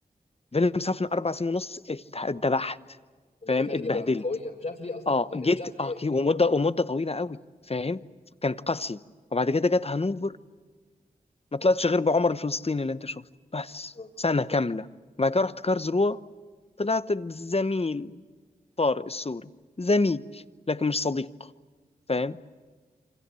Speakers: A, on the left; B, on the left.
A: فيلم سافن اربع سنين ونص ات- اتدبحت
B: والله
A: فاهم
B: غريبه
A: اتبهدلت
B: قويه مش عارف ليه اصلا
A: اه
B: يعني
A: جيت
B: انا مش عارف ليه
A: اه كي- ومده ومده طويله قوي فاهم كانت قاسيه وبعد كده جت هانوفر ما طلعتش غير بعمر الفلسطيني اللي انت شفته بس
B: اه
A: سنه كامله وبعد كده رحت كارلسروه طلعت بزميل طارق السوري زميل لكن مش صديق فاهم